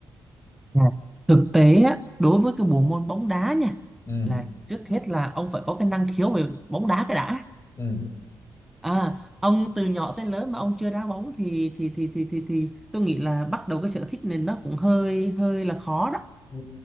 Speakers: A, in the centre; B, on the left (about 35°).
A: Dạ. Thực tế á, đối với cái bộ môn bóng đá nha
B: Ừ,
A: là trước hết là ông phải có cái năng khiếu về bóng đá cái đã.
B: ừ,
A: À, ông từ nhỏ tới lớn mà ông chưa đá bóng thì thì thì thì thì, thì tôi nghĩ là bắt đầu cái sở thích này nó cũng hơi hơi là khó đó.
B: ừ,